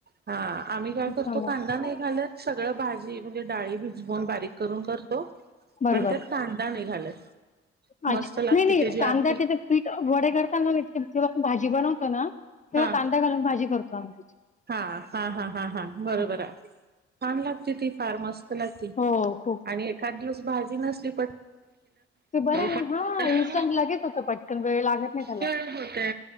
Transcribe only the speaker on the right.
हा आम्ही काय
करतो?
कांदा नाही घालत सगळं भाजी म्हणजे डाळी धून बारीक करून करतो
पण त्यात कांदा नाही घालत. मस्त
लागते
त्याची
आमटी
हा
हा हा हा हा हा बरोबर
आहे छान लागते. ती फार मस्त लागती
आणि एखाद दिवस भाजी नस <unintelligible> चव
पण <unintelligible> केलं
पण होत
छान होतय